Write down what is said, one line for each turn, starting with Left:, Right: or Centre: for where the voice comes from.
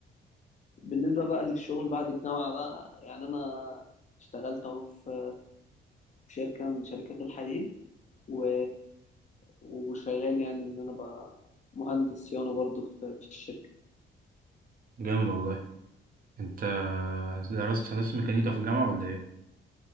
Left: بالنسبه بقى للشغل بعد الجامعه بقى يعني انا اشتغلت اهو في في شركه من شركات الحديد و... وشغال يعني ان انا ب... مهندس صيانه برضو في في الشركه
Right: جامد والله انت درست هندسة ميكانيكا في الجامعة ولا ايه